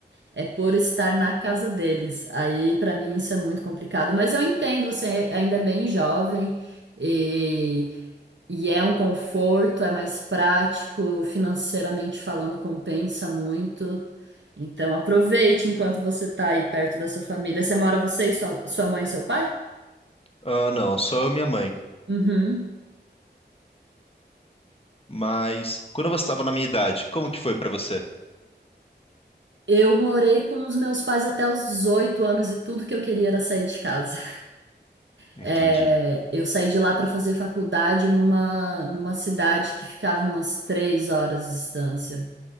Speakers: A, on the right; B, on the left.
A: É por estar na casa deles. Aí, pra mim, isso é muito complicado. Mas eu entendo, você ainda é bem jovem e, e é um conforto, é mais prático, financeiramente falando, compensa muito. Então aproveite enquanto você tá aí perto da sua família. Você mora você e sua, sua mãe e seu pai?
B: Ah, não, só eu e minha mãe.
A: Uhum.
B: Mas quando você estava na minha idade, como que foi pra você?
A: Eu morei com os meus pais até os 18 anos e tudo que eu queria era sair de casa.
B: Entendi.
A: É, eu saí de lá para fazer faculdade numa, numa cidade que ficava umas três horas de distância.